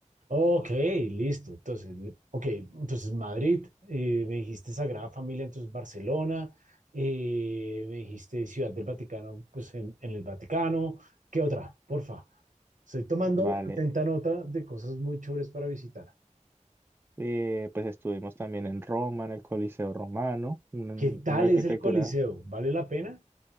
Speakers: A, on the right; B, on the right.
A: Ok, listo. Entonces, li- ok, entonces Madrid, eh, me dijiste Sagrada Familia, entonces Barcelona, eh, me dijiste Ciudad del Vaticano, pues en, en el Vaticano. ¿Qué otra? Porfa. Estoy tomando
B: <laughs> Vale.
A: atenta nota de cosas muy chéveres para visitar.
B: Eh, pues estuvimos también en Roma, en el Coliseo Romano, un-
A: ¿Qué tal
B: una, arquitectura.
A: es el Coliseo? ¿Vale la pena?